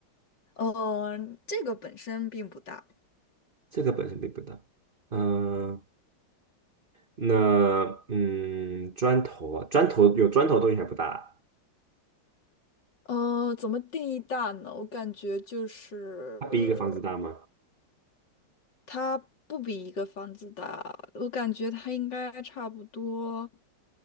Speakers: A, on the left; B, on the right.
A: 嗯、这个本身并不大。
B: 这个本身并不大，嗯，那嗯，砖头啊，砖头有砖头的东西还不大，
A: 呃，怎么定义大呢？我感觉就是
B: 它比一个房子大吗？
A: 它不比一个房子大，我感觉它应该差不多，